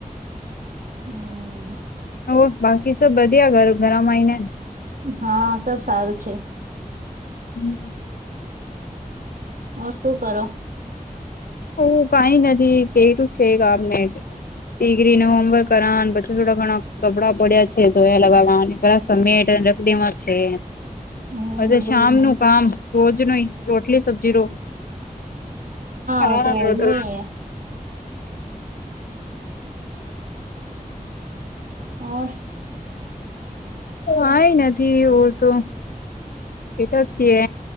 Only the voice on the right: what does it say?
હમ
હા સબ સારું છે
ઓર શું કરો
હમ
વો તો રોજનું
હી હે ઓ